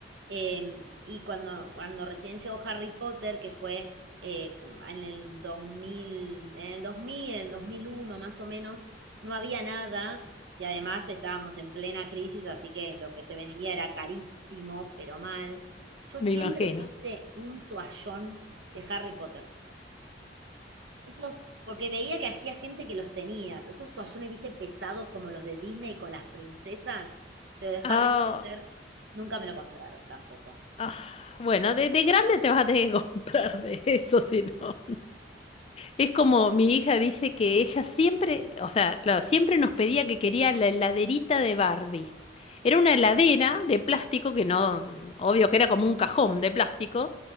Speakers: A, on the right (about 80°); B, on the left (about 35°).
A: em, y cuando, cuando recién llegó Harry Potter, que fue eh, en el 2000 en el 2000 en el 2001 más o menos, no había nada. Y además estábamos en plena crisis, así que lo que se vendía era carísimo, pero mal. Yo siempre
B: me imagino.
A: quise un toallón de Harry Potter. Esos, porque veía que había gente que los tenía. Esos toallones, viste, pesados como los de Disney con las princesas, pero de
B: Ah.
A: Harry Potter nunca me lo compraron tampoco.
B: Ah, bueno, de, de grande te vas a tener que <laughs> comprar de eso, si no. Es como mi hija dice que ella siempre, o sea, claro, siempre nos pedía que quería la heladerita de Barbie. Era una heladera de plástico que no, obvio que era como un cajón de plástico,